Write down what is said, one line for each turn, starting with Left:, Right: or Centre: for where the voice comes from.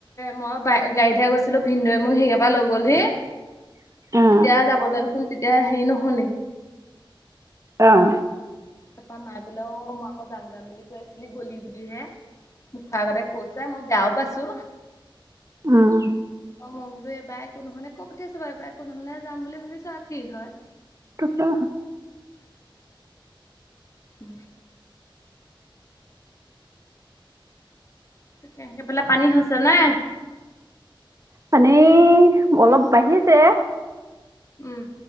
Left: মই গাড়ীতহে গৈছিলো ভিন্নদয়ে মোক সেই হেইাৰ লয় গ'লহে
Right: <unintelligible> অঁ
Left: তেতিয়া যাবলৈ দেখোন তেতিয়া হেৰি নহ'লেই।
Right: আহ
Left: তাপা মায়ে বোলে অ' মই আকৌ যাম যাম বুলি কৈ আছিলি গলি বুলিহে। মো খৰ আগতে কৈছে মই বেয়াও পাইছো।
Right: উম।
Left: অ মই বোলো এবাৰ একো নহ'লে কয় পঠিয়াইছো বাৰু এইবাৰ একো নহ'লে যাম বুলি ভাবিছো আৰু কি হয়।
Right: তাকটো
Left: উম। তাকে সেইফালে পানী হৈছে নাই।
Right: পানী অলপ বাঢ়িছে।
Left: উম।